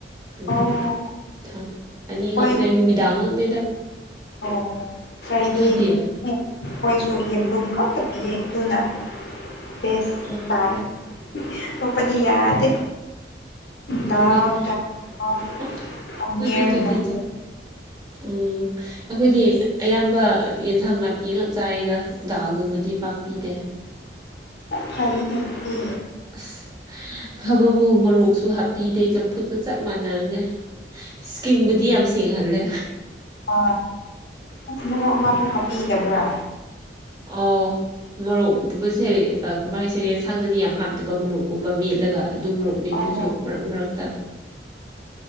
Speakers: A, on the right; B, on the left.
A: ꯎꯝ
B: ꯑꯣ
A: ꯊꯥꯡ ꯑꯅꯤ
B: ꯍꯣꯏ
A: ꯃꯛꯅꯦ ꯅꯨꯃꯤꯗꯥꯡ ꯉꯛꯅꯦꯗ
B: ꯑꯣ ꯐ꯭ꯔꯥꯏꯗꯦ
A: ꯅꯣꯏꯗꯤ
B: ꯅꯨꯃꯤꯠꯅꯦ ꯑꯩꯈꯣꯏꯁꯨ ꯌꯦꯟꯕꯨꯝ ꯈꯛꯇ ꯄꯤꯌꯦ ꯑꯗꯨꯅ ꯕꯦꯁ
A: ꯑꯥ
B: ꯇꯥꯔꯦ ꯇꯣꯞꯄꯗꯤ ꯌꯥꯗꯦ ꯗ
A: ꯅꯨꯃꯤꯠ
B: ꯇ ꯄ
A: ꯑꯁ ꯑꯩꯈꯣꯏꯗꯤ
B: <unintelligible>
A: ꯑꯗꯨꯗꯤ ꯎꯝ ꯑꯩꯈꯣꯏꯗꯤ ꯑꯌꯥꯝꯕ ꯌꯦꯟꯁꯥꯡ ꯅꯥꯄꯤ ꯒꯛ ꯆꯥꯏꯌꯦꯗ ꯗꯥꯜꯒꯨꯝꯕꯗꯤ ꯄꯥꯛꯄꯤꯗꯦ
B: ꯐꯔꯦꯅꯦ ꯑꯗꯨꯗꯤ
A: ꯑꯁ ꯐꯕꯕꯨ ꯃꯔꯣꯛꯁꯨ ꯍꯥꯞꯄꯤꯗꯦ ꯆꯝꯐꯨꯠꯀ ꯆꯞ ꯃꯥꯟꯅꯔꯤꯅꯦ ꯏꯁꯀꯤꯟꯕꯨꯗꯤ ꯌꯥꯝ ꯁꯦꯡꯍꯜꯂꯦ
B: ꯑ ꯑꯁ ꯃꯣꯔꯣꯛ ꯑꯃꯐꯥꯎ ꯍꯥꯞꯄꯤꯗꯕ꯭ꯔꯣ
A: ꯑꯥ ꯃꯣꯔꯣꯛꯗꯒꯥꯁꯦ ꯑꯥ ꯀꯃꯥꯏ ꯍꯥꯏꯁꯤꯒꯦ ꯌꯦꯟꯁꯥꯡꯗꯗꯤ ꯌꯥꯝ ꯍꯥꯞꯇꯕ ꯃꯣꯔꯣꯛꯀꯨꯝꯕ ꯃꯦꯠꯂꯒ ꯑꯗꯨ ꯃꯣꯔꯣꯛ ꯃꯦꯠꯄꯁꯨ
B: ꯑꯣ
A: ꯃꯔꯛ ꯃꯔꯛꯇ